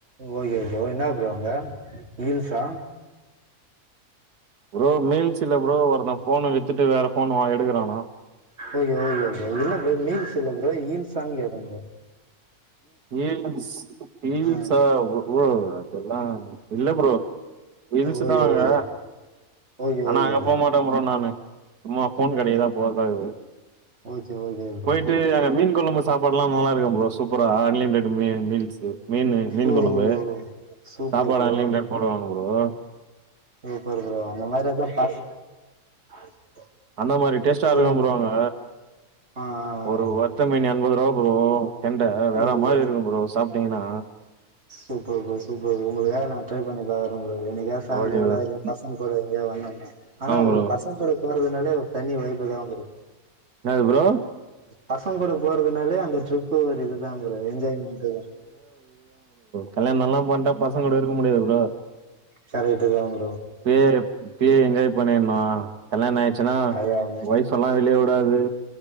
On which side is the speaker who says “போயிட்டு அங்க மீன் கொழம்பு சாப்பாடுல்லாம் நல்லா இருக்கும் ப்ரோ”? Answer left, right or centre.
Right